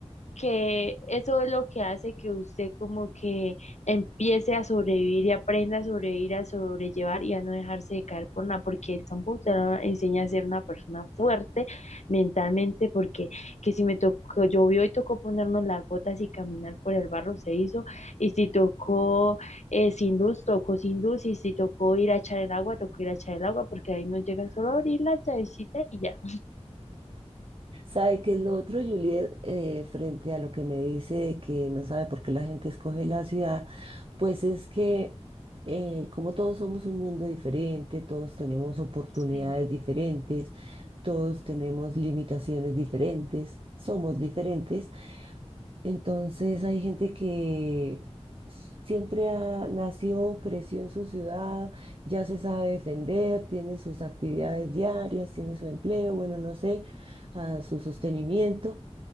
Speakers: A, on the left (about 85°); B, on the right (about 50°).
A: que eso es lo que hace que usted como que empiece a sobrevivir y aprenda a sobrevivir, a sobrellevar y a no dejarse de caer por nada, porque el campo te lo enseña a ser una persona fuerte mentalmente, porque que si me tocó, llovió y tocó ponernos las gotas y caminar por el barro se hizo, y si tocó eh, sin luz, tocó sin luz, y si tocó ir a echar el agua, tocó ir a echar el agua, porque ahí no llega solo a abrir la llavecita y ya.
B: ¿Sabe qué es lo otro, Juliet? Eh, frente a lo que me dice de que no sabe por qué la gente escoge la ciudad, pues es que eh, como todos somos un mundo diferente, todos tenemos oportunidades
A: Sí.
B: diferentes, todos tenemos limitaciones diferentes, somos diferentes. Entonces hay gente que siempre ha- nació, creció en su ciudad, ya se sabe defender, tiene sus actividades diarias, tiene su empleo, bueno, no sé, ah, su sostenimiento,